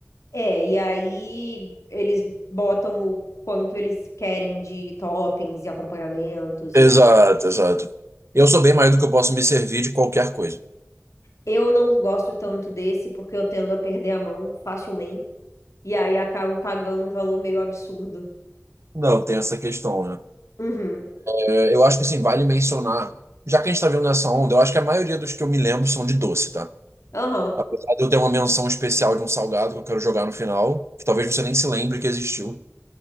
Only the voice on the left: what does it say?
É, e aí eles botam o quanto eles querem de toppings e acompanhamentos
e
Eu não gosto tanto desse porque eu tendo a perder a mão facilmente. E aí acabo pagando um valor meio absurdo.
Uhum.
Aham.